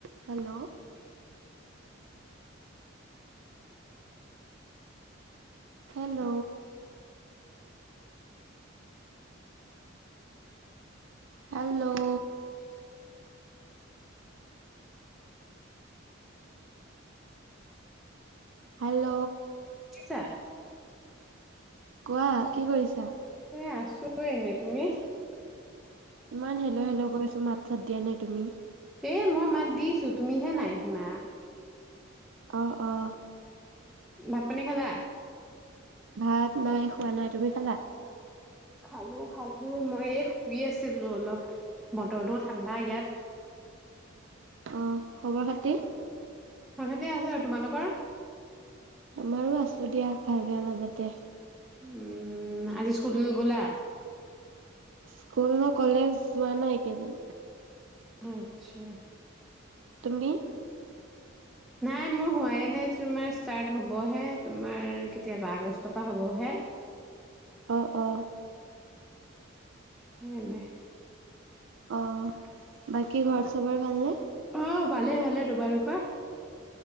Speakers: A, on the right; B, in the centre.
A: Hello. Hello. Hello. Hello.
B: আচ্ছা।
A: কোৱা কি কৰিছা?
B: এ আছো এনে তুমি?
A: ইমান হেলো হেল গৈ আছো মাত চাত দিয়া নাই তুমি।
B: এ মই মাত দিছো তুমিহে নাই শুনা।
A: আহ অ।
B: ভাত পানী খালা?
A: ভাত নাই খোৱা নাই তুমি খালা?
B: খালো খালো উ মই এই শুই আছিলো অলপ, বতৰটো ঠাণ্ডা ইয়াত।
A: অ খবৰ খাতি?
B: ভালে আছে, তোমালোকৰ?
A: আমাৰো আছো দিয়া ভাল বেয়া মাজতে।
B: উম আজি স্কুল গলা?
A: স্কুল ন কলেজ যোৱা নাই একেইদিন।
B: আচ্ছা।
A: তুমি?
B: নাই মোৰ হোৱাই নাই তোমাৰ ষ্টাৰ্ট হ'বহে, তোমাৰ কেতিয়াবা আগষ্টৰ পৰা হ'বহে।
A: অ অ।
B: হেনে।
A: অ বাকী ঘৰত চবৰে ভালনে?
B: আহ ভালে ভালে তোমালোকৰ?